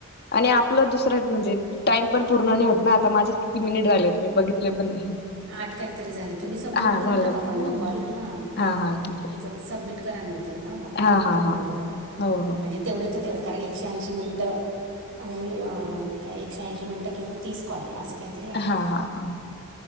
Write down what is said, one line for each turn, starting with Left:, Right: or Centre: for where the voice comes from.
Left: आणि आपलं दुसरं म्हणजे टाइम पण पूर्ण नाही होत ना आता माझे किती मिनिट झाले हो मी बघितले पण नाही
Right: आठ काहीतरी झाले तुम्ही सबमिट
Left: हा
Right: करून
Left: झाले
Right: टाका
Left: ते
Right: पण तो कॉल हां
Left: हा हा ठीक आहे
Right: तर सबमिट करानंतर तर ना मग
Left: हा
Right: तो होतो
Left: हा
Right: बरोबर
Left: हा हो हो
Right: म्हणजे तेवढे तर तेवढ कारण एकशे ऐंशी मिनटं आणि का एकशे ऐंशी मिनटं किंवा तीस कॉल असं काहीतरी आहे
Left: हा हा हा